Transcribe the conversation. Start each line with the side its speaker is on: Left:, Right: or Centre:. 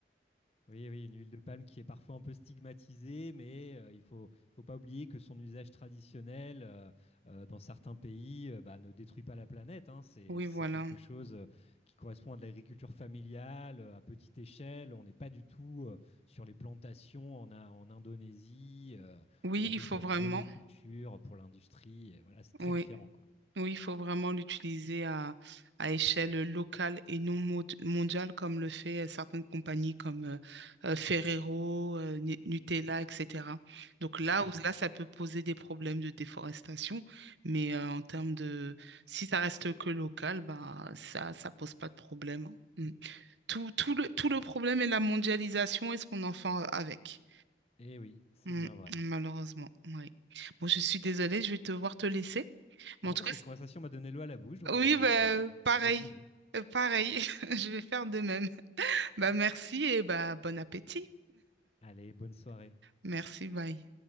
Left: Oui, oui, une huile de palme qui est parfois un peu stigmatisée, mais euh, il faut, il faut pas oublier que son usage traditionnel euh, euh, dans certains pays euh, bah, ne détruit pas la planète. hein. C'est,
Right: Oui,
Left: c'est
Right: voilà.
Left: quelque chose euh, qui correspond à de l'agriculture familiale, euh, à petite échelle. On n'est pas du tout euh, sur les plantations en, In- en Indonésie, euh,
Right: Oui,
Left: où on
Right: il
Left: est
Right: faut
Left: sur
Right: vraiment,
Left: une monoculture pour l'industrie. Et Voilà, c'est très
Right: oui.
Left: différent, quoi.
Right: Oui, il faut vraiment l'utiliser à, à échelle locale et non mo- mondiale, comme le fait euh, certaines compagnies comme euh, euh, Ferrero, euh, Nu- Nutella, etc. Donc là,
Left: Absolument.
Right: où, Mhm. là, ça peut poser des problèmes de déforestation, mais euh, en termes de... Si ça reste que local, bah, ça ça pose pas de problème. hein. Mm. Tout, tout le, tout le problème est la mondialisation et ce qu'on en fait avec.
Left: Et oui, c'est
Right: Mm,
Left: bien vrai.
Right: Malheureusement, oui. Bon, je suis désolée, je vais devoir te laisser. Mais
Left: Non,
Right: en tout
Left: mais
Right: cas,
Left: cette conversation m'a donné l'eau à la bouche, donc
Right: oui,
Left: je vais aller,
Right: bah,
Left: euh, je
Right: pareil.
Left: vais aller dîner.
Right: Euh, pareil. <laughs> Je vais faire de même. Bah, merci et bah, bon appétit.
Left: Allez, bonne soirée.
Right: Merci, bye.